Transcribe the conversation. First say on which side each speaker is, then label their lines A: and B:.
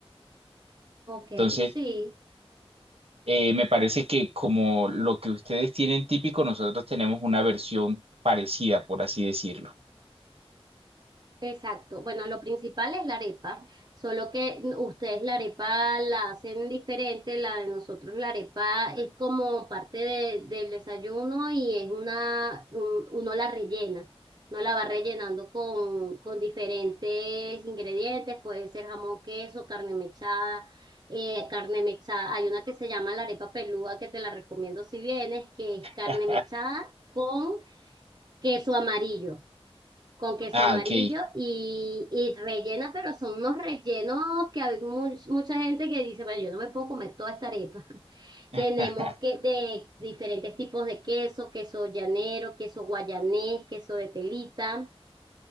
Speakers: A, on the right; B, on the right.
A: ok,
B: Entonces,
A: sí.
B: eh, me parece que como lo que ustedes tienen típico, nosotros tenemos una versión parecida, por así decirlo.
A: Exacto. Bueno, lo principal es la arepa, solo que ustedes la arepa la hacen diferente, la de nosotros la arepa es como parte de- del desayuno y es una, un- uno la rellena, uno la va rellenando con, con diferentes ingredientes, puede ser jamón, queso, carne mechada, eh, carne mechada, hay una que se llama la arepa pelúa que te la recomiendo si vienes, que es carne
B: <laughs>
A: mechada con queso amarillo con queso
B: Ah,
A: amarillo
B: ok.
A: y, y rellena, pero son unos rellenos que hay much- mucha gente que dice, bueno, yo no me puedo comer toda esta arepa. <laughs> Tenemos
B: <laughs>
A: que de diferentes tipos de queso, queso llanero, queso guayanés, queso de telita.